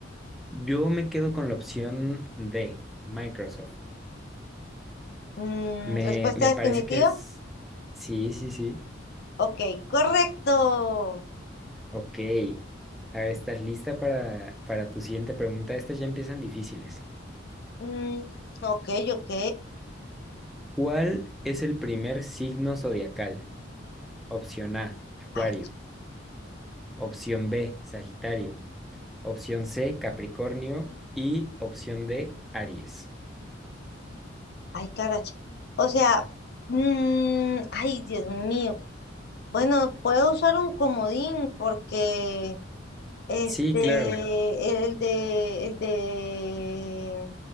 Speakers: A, in the centre; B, on the left (about 55°).
A: Yo me quedo con la opción D, Microsoft.
B: Mm,
A: Me,
B: respuesta
A: me
B: definitiva.
A: parece que es... Sí, sí, sí.
B: Ok, correcto.
A: Ok. A ver, ¿estás lista para, para tu siguiente pregunta? Estas ya empiezan difíciles.
B: Mm, ok, ok.
A: ¿Cuál es el primer signo zodiacal? Opción A, Acuario.
B: Ay,
A: Opción B, Sagitario. Opción C, Capricornio. Y opción D, Aries.
B: Ay, caracha. O sea, mm, ay, Dios mío. Bueno, puedo usar un comodín porque Sí,
A: Sí,
B: claro.
A: claro,
B: este, el de, el de